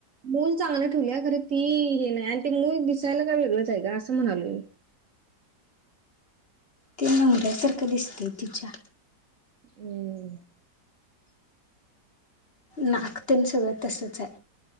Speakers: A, on the right; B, on the left.
A: मूल चांगलं ठेवले आहे खरं ती हे नाही आणि ते मूल दिसायला काय वेगळंच आहे का असं म्हणावले मी.
B: ते नवऱ्यासारखं दिसते तिच्या.
A: हम्.
B: नाकतेन सगळं तसंच आहे.